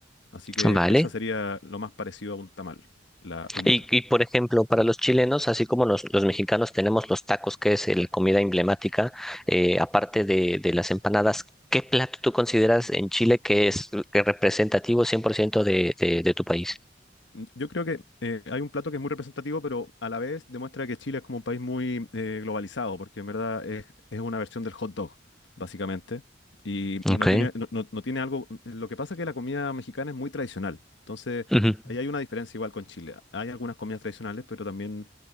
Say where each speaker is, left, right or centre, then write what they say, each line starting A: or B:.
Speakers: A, on the left (about 75°); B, in the centre.
A: Así que
B: Vale.
A: esa sería lo más parecido a un tamal, la humita.
B: Y, y por ejemplo, para los chilenos, así como los, los mexicanos tenemos los tacos, que es eh, la comida emblemática, eh, aparte de, de las empanadas, ¿qué plato tú consideras en Chile que es eh, representativo 100% de, de, de tu país?
A: Yo creo que eh, hay un plato que es muy representativo, pero a la vez demuestra que Chile es como un país muy eh, globalizado, porque en verdad es, es una versión del hot dog, básicamente, y,
B: Ok.
A: y no tiene, no, no- no tiene algo... Lo que pasa es que la comida mexicana es muy tradicional, entonces
B: Ujú.
A: ahí hay una diferencia igual con Chile. Hay algunas comidas tradicionales, pero también